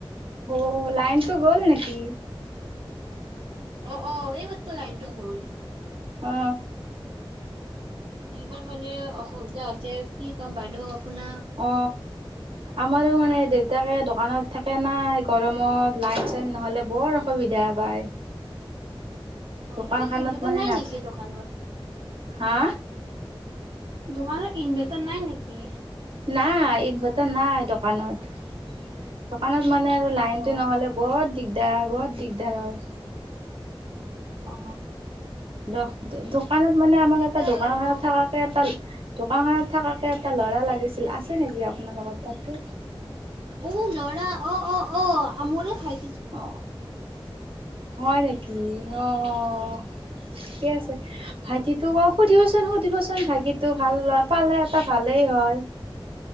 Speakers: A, on the right; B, on the right.
A: অ লাইনটো গ'ল নেকি
B: অ অ এই মাত্ৰ লাইনটো গল
A: অ
B: ইমান মানে অসুবিধা হৈছে কি ক'ম বাইদেউ আপোনাক।
A: অ আমাৰো মানে দেউতাকে দোকানত থাকে নাই গৰমত লাইন চাইন নহলে বৰ অসুবিধা বা চায়
B: অ'
A: দোকান
B: তাতে
A: খানত
B: ইনভাৰ্টাৰ
A: মানে
B: নাই
A: নাথা
B: নেকি দোকানত?
A: হা
B: দোকানত ইনভাৰ্টাৰ নাই নেকি?
A: নাই এই বতে নাই দোকানত দোকানত মানে আৰু লাইনটো
B: অ'
A: নহ'লে বৰ- দিগদাৰ বহত দিগদাৰ হয়
B: অ
A: দ দোকানত মানে আমাক
B: নাই
A: এটা
B: দিয়ক
A: দোকান
B: আৰু।
A: খত থাকাকে এটা দোকান খত থকাকে এটা ল'ৰা লাগিছিল আছে নেকি আপোনাৰ লগত তাতে
B: উ লৰা অ অ অ আমোৰে খাই
A: আহ হয় নেকি আহ কি আছে ভাইটিটোক অ সুধিবচোন সুধিবচোন ভাইটিটো ভাল ল পালে এটা ভালেই হয় ছ